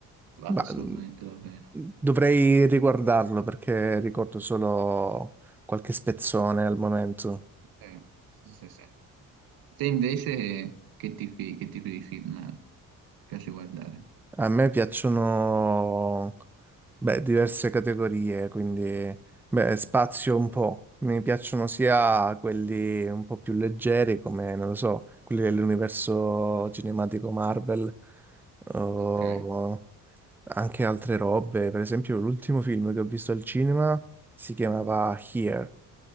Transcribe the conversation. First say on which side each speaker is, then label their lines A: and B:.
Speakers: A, on the right; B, in the centre.
A: vale
B: Ma
A: assolutamente
B: mm,
A: la pena.
B: dovrei riguardarlo perché ricordo solo qualche spezzone al momento.
A: Eh, sì, sì, sì. Te invece che tipi, che tipi di film piace guardare?
B: A me piacciono, beh, diverse categorie, quindi, beh, spazio un po'. Mi piacciono sia quelli un po' più leggeri, come, non lo so, quelli dell'universo cinematico Marvel, o
A: Ok.
B: anche altre robe. Per esempio, l'ultimo film che ho visto al cinema si chiamava Here.